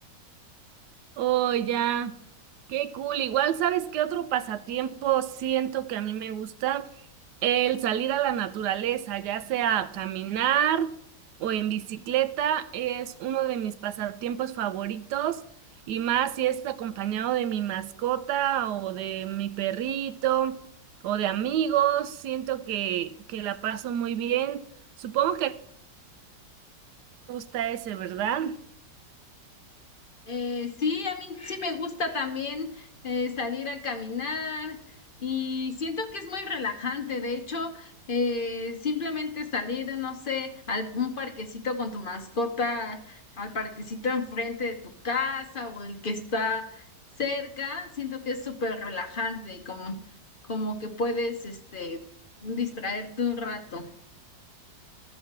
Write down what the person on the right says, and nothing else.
Oh, ya. Qué cool. Igual, ¿sabes qué otro pasatiempo siento que a mí me gusta? El salir a la naturaleza, ya sea a caminar o en bicicleta, es uno de mis pasatiempos favoritos y más si es acompañado de mi mascota o de mi perrito o de amigos, siento que, que la paso muy bien. Supongo que te gusta ese, ¿verdad?